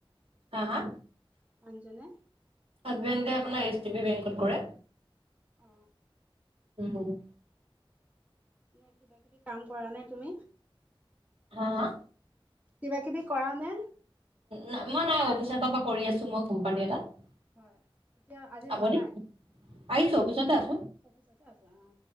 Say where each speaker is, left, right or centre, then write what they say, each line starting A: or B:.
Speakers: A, on the right (about 85°); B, on the right (about 15°).
A: হা হা
B: মানুহ জনে
A: হাজবেণ্ডে আপোনাৰ এইচ ডি বি বেংকত কৰে।
B: অ
A: উম হুহু
B: নে কিবা কিবি কাম কৰা নে তুমি
A: হা হা
B: কিবা কিবি কৰা নে?
A: নাই মই নাই আৰু অফিচ এটাৰ পৰা কৰি আছো মই কোম্পানী এটাত
B: হয় এতিয়া আজি
A: আপুনি
B: যোৱা নাই।
A: আহিছো অফিছতে আছো।
B: অফিচতে আছা অ